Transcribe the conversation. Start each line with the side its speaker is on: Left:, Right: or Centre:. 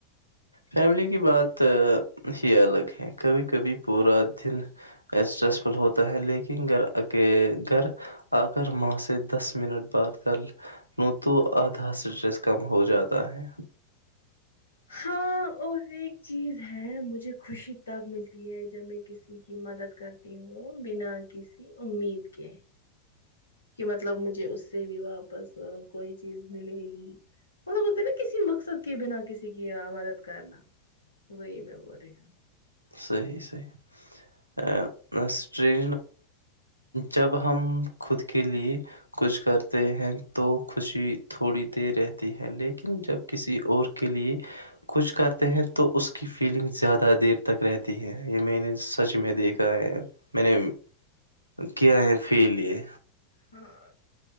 Right: فیملی کی بات ہی الگ ہے کبھی کبھی پورا دن اسٹریس فل ہوتا ہے لیکن گھر اک گھر آ کر ماں سے دس منٹ بات کر لوں تو آدھا اسٹریس کم ہو جاتا ہے
Left: ہاں اور ایک چیز ہے مجھے خوشی تب ملتی ہے جب میں کسی کی مدد کرتی ہوں بنا کسی امید کے کہ مطلب مجھے اس سے بھی واپس کوئی چیز ملے گی وہ بولتے نا کسی مقصد کے بنا کسی کی مدد کرنا وہی میں بول رہی ہوں
Right: صحیح صحیحٹری جب ہم خود کے لیے کچھ کرتے ہیں تو خوشی تھوڑی دیر رہتی ہے لیکن جب کسی اور کے لیے کچھ کرتے ہیں تو اس کی فیلنگ زیادہ دیر ت کرریےتی ہے یہ میں نے سچ میں دیکھا ہے میں نے کیا ہے فیل یہ
Left: ہاں